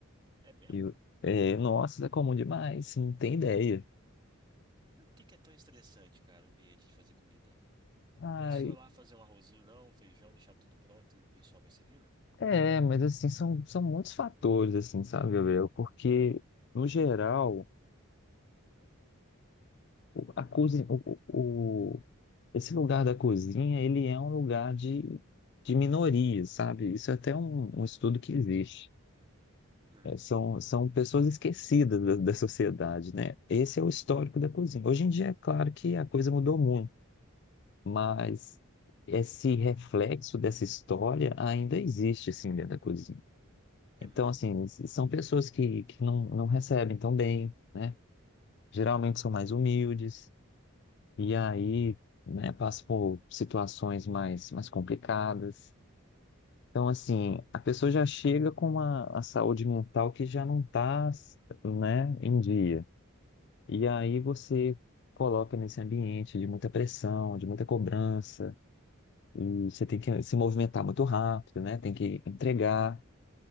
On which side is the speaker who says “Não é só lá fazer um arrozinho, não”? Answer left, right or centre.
Right